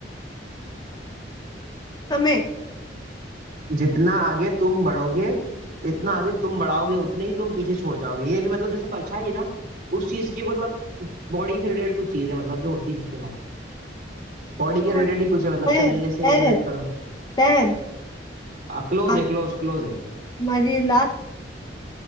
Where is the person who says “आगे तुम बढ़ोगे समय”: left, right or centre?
Left